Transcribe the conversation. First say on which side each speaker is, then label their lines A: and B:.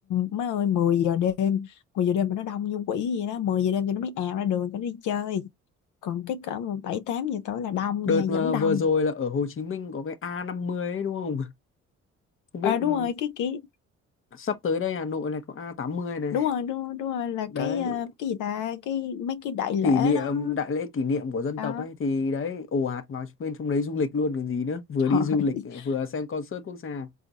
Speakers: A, on the left (about 80°); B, on the left (about 45°).
A: má ơi mười giờ đêm 10 giờ đêm mà nó đông như quỷ vậy đó mười giờ đêm thì nó mới ào ra đường cho nó đi chơi còn cái cỡ mà bảy tám giờ tối là đông
B: đợt
A: nha
B: mà
A: vẫn đông
B: vừa rồi là ở Hồ Chí Minh có cái a năm mươi ấy đúng không không biết
A: à, đúng
B: ừ,
A: rồi cái kỷ
B: sắp tới đây Hà Nội này có a tám mươi này
A: đúng rồi đúng rồi, đúng rồi là
B: đấy
A: cái ờ, cái gì ta cái mấy cái đại lễ
B: kỷ niệm
A: đó
B: đại lễ kỷ niệm của dân
A: đó
B: tộc ấy thì đấy ồ ạt vào bên trong đấy du lịch luôn còn gì nữa vừa
A: trời
B: đi du
A: ơi.
B: lịch
A: <laughs>
B: vừa xem concert quốc gia